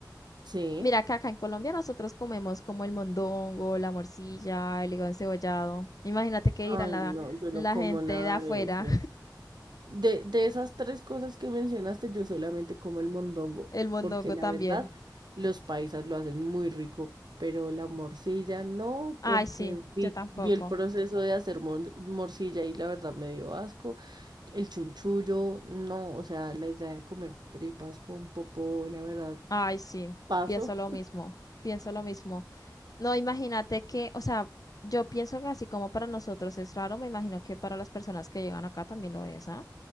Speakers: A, on the right (about 70°); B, on the left (about 55°).
A: Sí.
B: Mira que acá en Colombia nosotros comemos como el mondongo, la morcilla, el hígado encebollado. Imagínate que
A: Ay,
B: irán la,
A: no, yo
B: la
A: no como
B: gente
A: nada
B: de afuera,
A: de eso. De, de esas tres cosas que mencionaste, yo solamente como el mondongo,
B: <laughs> el mondongo
A: porque la
B: también.
A: verdad, los paisas lo hacen muy rico, pero la morcilla no,
B: Ay,
A: porque
B: sí,
A: vi,
B: yo tampoco.
A: vi el proceso de hacer mon- morcilla y la verdad me dio asco. El chunchullo, no, o sea, la idea de comer tripas con popó, la verdad,
B: Ay, sí,
A: paso.
B: pienso lo mismo, pienso lo mismo. No, imagínate que, o sea, yo pienso que así como para nosotros es raro, me imagino que para las personas que llegan acá también lo es, ¿ah?